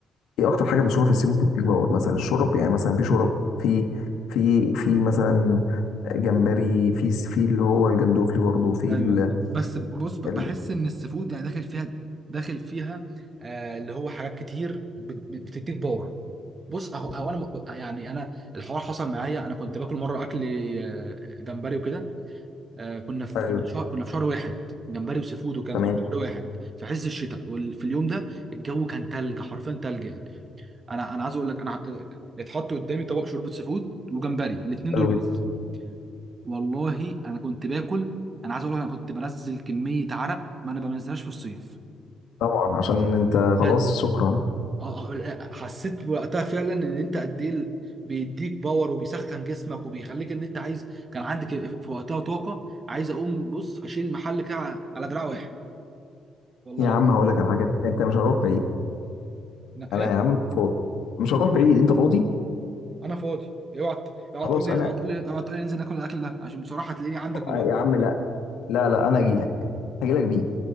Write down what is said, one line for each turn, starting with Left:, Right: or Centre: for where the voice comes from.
Left: ايه اكتر حاجه بشوفها في السي فود بتديك باور مثلا الشرب يعني مثلا في شرب في في في مثلا جمبري في في اللي هو الجندوفلي برضه في
Right: ايوه
Left: ال...
Right: بس بص بحس
Left: ال...
Right: ان السفود يعني داخل فيها داخل فيها آه اللي هو حاجات كتير بت- بت- بتديك باور بص هو هو انا م- يعني انا الحوار حصل معايا انا كنت باكل مره اكل آه، جمبري وكده آه، كنا في
Left: أيوة،
Right: كنا في شهر كنا في شهر واحد جمبري وسيفود وكان
Left: تمام
Right: كنا في شهر واحد في عز الشتاء وفي اليوم ده الجو كان تلج حرفيا تلج يعني انا انا عايز اقول لك انا اتحط قدامي طبق شوربه سيفود وجمبري الاثنين دول
Left: حلو
Right: بس
Left: جدا
Right: والله انا كنت باكل انا عايز اقول لك انا كنت بنزل كميه عرق ما انا بنزلهاش في الصيف
Left: طبعا عشان انت
Right: بجد
Left: خلاص شكرا
Right: اه آه، لا، حسيت وقتها فعلا ان انت قد ايه ال- بيديك باور وبيسخن جسمك وبيخليك ان انت عايز كان عندك في وقتها طاقه عايز اقوم بص اشيل المحل كده على على دراع واحد والله
Left: يا
Right: العظيم
Left: عم هقول لك على حاجه انت مش هنروح بعيد
Right: لا ايه
Left: انا يا عم فاضي مش هنروح بعيد انت فاضي
Right: انا فاضي اوعى اوعى
Left: خلاص
Right: تقول لي
Left: انا
Right: اوعى تقول لي اوعى تقول لي ننزل ناكل الاكل ده عشان بصراحه هتلاقيني عندك دلوقتي
Left: يا عم لا لا لا انا اجي لك هجي لك بيه